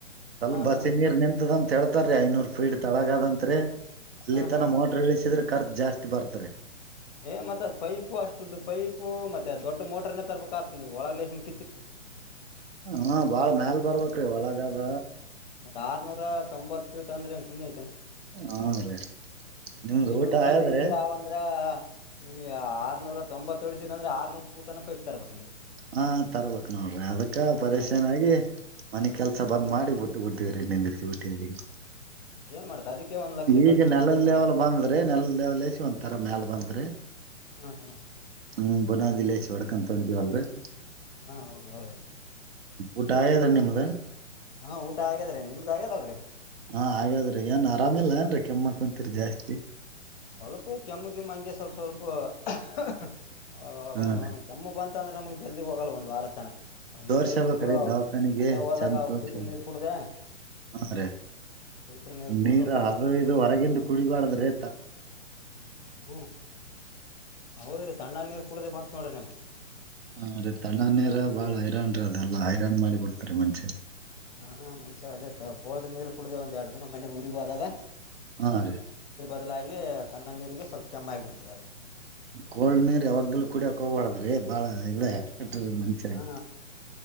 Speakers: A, on the right; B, on the left.
A: ಸ್ವಲ್ಪ
B: ಹಾ
A: ಬಸಿ
B: ಹಾ
A: ನೀರ್ ನಿಂತದಂತ ಹೇಳ್ತಾರೀ ಐನೂರ್ ಫೀಟ್ ತಳಗದಂತ್ರಿ ಅಲ್ಲಿ
B: ಹಾ
A: ತನ
B: ಹಾ
A: ಮೋಟರ್ ಇಳಿಸಿದ್ರ ಖರ್ಚು ಜಾಸ್ತಿ ಬರ್ತರಿ.
B: ಏ ಮತ್ತ ಅದ್ ಪೈಪ್ ಅಷ್ಟುದ ಪೈಪು ಮತ್ತೆ ದೊಡ್ಡ ಮೋಟರ್ನೇ ತರ್ಬೇಕಾತ್ದ ನೀವ ಒಳಗೆಸಿನ್.
A: ಹಾ ಬಾಳ ಮ್ಯಾಲ ಬರ್ಬಕ. ಅಕ್ರೆ ಒಳಗಾದ
B: ಮತ್ತ ಆರ್ನೂರ ತೊಂಬತ್ತ ಫಿಟ್ ಅಂದ್ರ ಏನ್ ಸುಮ್ಮನೆ ಐತೆನ?
A: ಹಾ ರೀ ನಿಮ್ದ
B: ಐನೂರ
A: ಊಟ
B: ಪೂಟಿ
A: ಆಯದ್ರಿ
B: ನೀರ ಅವಂದ್ರ ಇಲ್ಲಿ ಆರ್ನೂರ ತೊಂಬತ್. ತೊಡ್ಸಿದ್ರ ಅಂದ್ರ ಆರ್ನೂರ್ ಫಿಟ್ ಪೈಪ್ ತರ್ಬೇಕ ನೀವು.
A: ಹಾ ತರ್ಬೇಕಕ್ ನೋಡ್ರಿ ಅದಕ್ಕ
B: ಹ್ಮ
A: ಪರಿಶನ್ ಆಗಿ ಮನಿ ಕೆಲ್ಸ ಬಂದ್
B: ಹಾ
A: ಮಾಡಿ ಬಿಟ್ಟ <unintelligible>
B: ಮತ್ ಏನ್ ಮಾಡ್ತ ಅದಕ್ಕೆ ಒಂದ್ ಲಕ್ಷ ಖರ್ಚು
A: ಈಗ
B: ಬಂದದಂತ್ರಿ
A: ನೆಲದ ಲೆವಲ್ ಬಂದದ್ರಿ ನೆಲದ ಲೆವಲ್ಸಿ ಒಂತರ ಮ್ಯಾಲ ಬಂದದ್ರಿ
B: ಹ್ಮ್ ಹ್ಮ್
A: ಹ್ಮ ಬುನಾದಿ ಲೆಸಿ ತೊಡಕ ಅಂತ ಉಂಟವಲ್ರಿ ಹ್ಮ
B: ಹಾ ಹೌದ್ ಹೌದ್ರಿ
A: ಉಟ ಆಗ್ಯದ್ರಿ ನಿಮ್ ದ
B: ಹಾ ಊಟ ಆಗ್ಯಾದ್ರಿ ನಿಮ್ದ ಆಗ್ಯದಲ್ಲ್ರಿ?
A: ಹಾ ಆಗ್ಯಾದ್ರಿ ಏನ್ ಆರಾಮಿಲ್ಲ ಏನ್ರೀ, ಕೆಮ್ಮಾ ಕುಂತೀರಿ ಜಾಸ್ತಿ.
B: ಸ್ವಲ್ಪ ಕೆಮ್ಮು ಗಿಮ್ಮ್ ಹಂಗೆ ಸ್ವಲ್ಪ ಸ್ವಲ್ಪ <unintelligible> ಅವಾಗವಾಗ
A: ಹಾ
B: ನೌನ್
A: ರೀ
B: ಕೆಮ್ಮು ಬಂದ. ದ್ರ ನಮ್ಗ್ ಜಲ್ದಿ ಹೋಗಲ್ಲ ಒಂದು ವಾರತನ.
A: ತೋರ್ಸಬೇಕ್ರಿ
B: ನೀರು ಗೀರು
A: ದವಾಖಾನಿಗೆ
B: ಮನ್ನಯ ಹೋದಾಗ
A: ಚಂದ್ ತೋರ್ಸ್ಬೇಕು
B: ಪಫೀಲ್ಟ್ರ ನೀರ್ ಕುಡ್ದ
A: ಹಾ ರೆ
B: ಫಿಲ್ಟರ್ ನೀರ್ ಕುಡ್ದು
A: ನೀರ ಅದುದು ಹೊರಗಂದು ಕುಡಿಬಾರ್ದ್ರೆ.
B: ಹೋ ಹೌದ್ರಿ ತಣ್ಣ ನೀರು ಕುಡ್ದ ಮತ್ ನೋಡ್ರ ನಮಗ.
A: ಹಾ ರೀ ತಣ್ಣನೇರ ಬಾಳ್ ಹೈರಾಣ ರೀ ಅದೆಲ್ಲಾ ಹೈರಾಣ್ ಮಾಡಿ ಬಿಡ್ತಾರ ಮನ್
B: ಹಾ ಮನುಷ್ಯ ಅದೇ ಕೋಲ್ಡ್ ನೀರು ಕುಡುದ ಒಂದ ಎರಡು ದಿನ ಮನೆ ಊರಿಗ ಹೋದಾಗ.
A: ಹಾ ರೀ
B: ಮೊದಲಾಗಿ ತಣ್ಣ ನೀರಿಗೆ ಸ್ವಲ್ಪ ಚಮ ಆಗ ಬಿಡ್ತರಿ ಅದು.
A: ಕೋಳ್ ನೀರ್ ಯಾವಾಗಲ್ಲ ಕುಡಿಯಕ ಹೋಗಬಾರ್ದ್ರಿ ಬಾಳ ಇದೆ. ಟ ಮಂಚಾಗ
B: ಹಾ